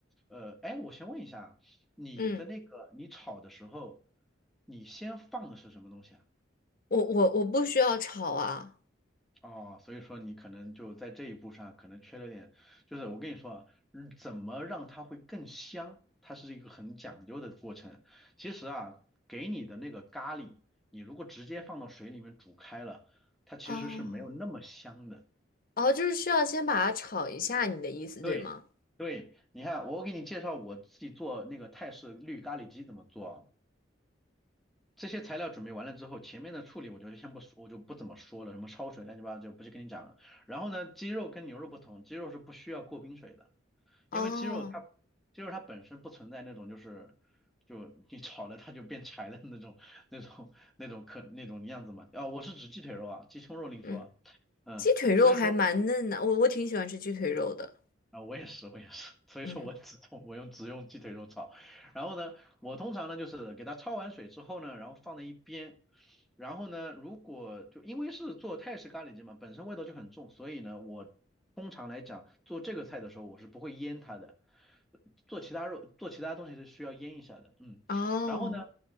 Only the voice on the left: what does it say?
嗯，
我我我不需要炒啊。
哦哦，就是需要先把它炒一下，你的意思对吗？
哦，
嗯，
鸡腿肉还蛮嫩的，
我我挺喜欢吃鸡腿肉的。
嗯，
哦